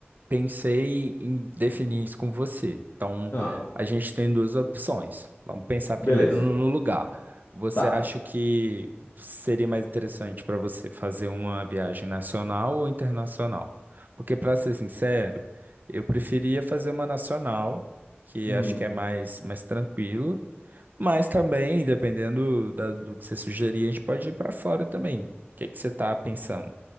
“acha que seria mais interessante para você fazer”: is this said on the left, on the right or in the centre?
Right